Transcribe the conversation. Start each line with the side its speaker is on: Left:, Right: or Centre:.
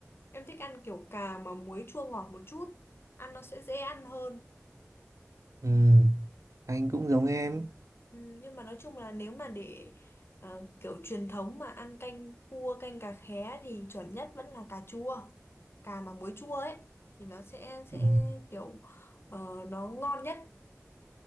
Left: em thích ăn kiểu cà mà muối chua ngọt một chút ăn nó sẽ dễ ăn hơn
Right: Ừ, anh cũng
Left: nhưng
Right: giống em.
Left: ừm, nhưng mà nói chung là nếu mà để ờ, kiểu truyền thống mà ăn canh cua canh cà khé thì chuẩn nhất vẫn là cà chua cà mà muối chua ấy thì nó sẽ sẽ
Right: Ừ.
Left: kiểu ờ, nó ngon nhất